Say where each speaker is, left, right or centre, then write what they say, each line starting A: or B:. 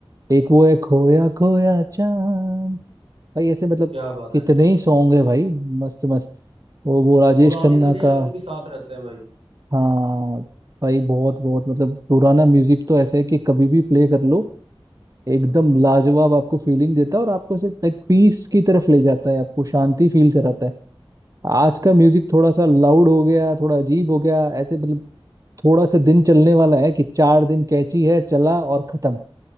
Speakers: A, on the right (about 35°); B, on the right (about 85°).
A: एक वो है खोया खोया चांद भाई ऐसे मतलब
B: क्या बात
A: कितने
B: है
A: ही सॉन्ग है भाई मस्त मस्त वो वो राजेश
B: पुराने
A: खन्ना
B: गाने
A: का
B: आज भी साथ रहते हैं भाई
A: हाँ भाई बहुत बहुत मतलब पुराना म्यूजिक तो ऐसा है कि कभी भी प्ले कर लो एकदम लाजवाब आपको फीलिंग देता है और आपको ऐसे लाइक पीस की तरफ ले जाता है आपको शांति फील कराता है आज का म्यूजिक थोड़ा सा लाउड हो गया थोड़ा अजीब हो गया ऐसे मतलब थोड़ा सा दिन चलने वाला है कि चार दिन कैची है चला और खत्म